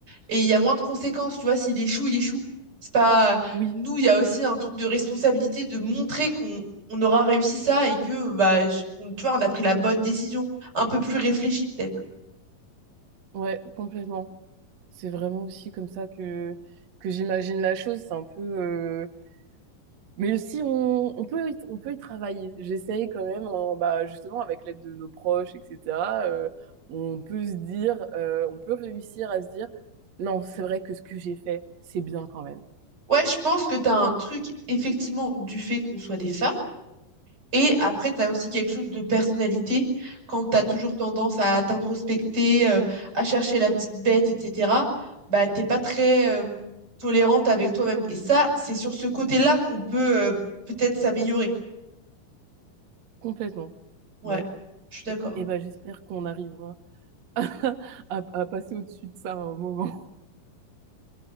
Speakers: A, on the right; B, on the right.
A: et il y a moins de conséquences tu vois s'il échoue il échoue c'est pas
B: oui,
A: nous il y a aussi un truc de responsabilité de montrer qu'on on aura réussi ça et que bah je- on- tu vois on a pris la bonne décision un peu plus réfléchie peut-être
B: ouais, complètement. C'est vraiment aussi comme ça que, que j'imagine la chose. C'est un peu, euh, mais aussi, on, on peut, y- on peut y travailler. J'essaye quand même, en- bah, justement, avec l'aide de nos proches, etc. euh, on peut se dire, euh, on peut réussir à se dire, non, c'est vrai que ce que j'ai fait, c'est bien quand même.
A: ouais je pense que t'as un truc effectivement du fait qu'on soit des femmes Et après, tu as aussi quelque chose de personnalité, quand tu as toujours tendance à t'introspecter, euh, à chercher la petite bête, etc., bah, t'es pas très euh, tolérante avec toi-même. Et ça, c'est sur ce côté-là
B: Mm,
A: qu'on peut euh, peut-être s'améliorer.
B: Complètement.
A: Ouais,
B: Mais-
A: je suis d'accord.
B: et, et bah, j'espère qu'on arrivera. <laughs> à, à passer au-dessus de ça à un moment.